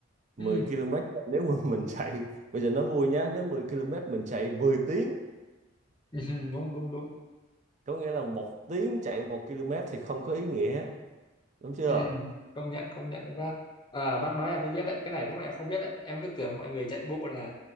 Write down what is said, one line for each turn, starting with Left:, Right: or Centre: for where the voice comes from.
Left: ừ,
Right: 10 km nếu mà <laughs> mình chạy bây giờ nó vui nhá nếu 10 km mình chạy mười tiếng
Left: ừ, ừ, đúng đúng đúng
Right: có nghĩa là một tiếng chạy một km thì không có ý nghĩa đúng chưa
Left: ừ, công nhận công nhận với bác à, bác nói em mới biết đấy cái này lúc này em không biết đấy em cứ tưởng mọi người chạy bộ là